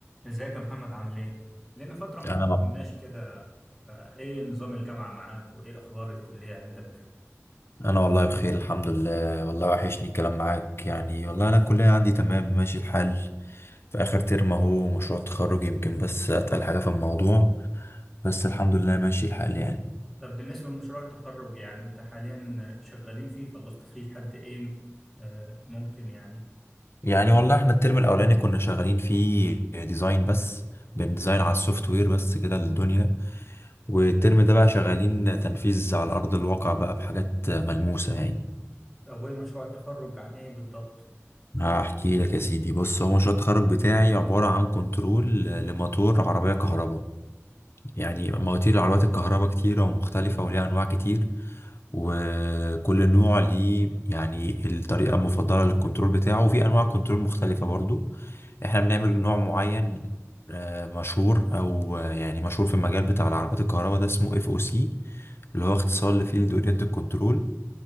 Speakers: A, in the centre; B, on the left.
A: ازيك يا محمد عامل ايه؟ لنا فترة ما
B: انا
A: اتكلمناش كده فايه نظام الجامعة معاك وايه اخبار الكلية عندك؟
B: انا والله بخير الحمد لله والله وحشني الكلام معاك يعني والله انا الكليه عندي تمام ماشي الحال في اخر ترم اهو مشروع تخرج يمكن بس اتقل حاجه في الموضوع بس الحمد لله ماشي الحال يعني
A: طب بالنسبة لمشروع التخرج يعني انت حاليا شغالين فيه خلصت فيه لحد ايه آه ممكن يعني
B: يعني والله احنا الترم الاولاني كنا شغالين فيه ديزاين بس بنديزاين على السوفت وير بس كده للدنيا والترم ده بقى شغالين تنفيذ على ارض الواقع بقى بحاجات ملموسه يعني
A: طب وايه مشروع التخرج عن ايه بالضبط؟
B: هحكي لك يا سيدي بص هو مشروع التخرج بتاعي عبارة عن كنترول لموتور عربية كهرباء يعني مواتير العربيات الكهرباء كتيرة ومختلفة وليها أنواع كتير وكل نوع ليه يعني الطريقة المفضلة للكنترول بتاعه وفي أنواع كنترول مختلفة برضو احنا بنعمل نوع معين آه، مشهور أو آه، يعني مشهور في المجال بتاع العربيات الكهرباء ده اسمه اف او سي اللي هو اختصار لفيلد اورينتد كنترول